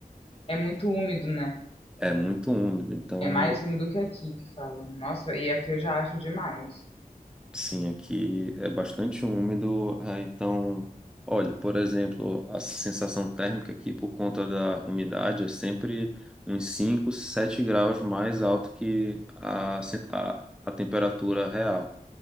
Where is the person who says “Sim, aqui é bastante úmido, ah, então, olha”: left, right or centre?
Centre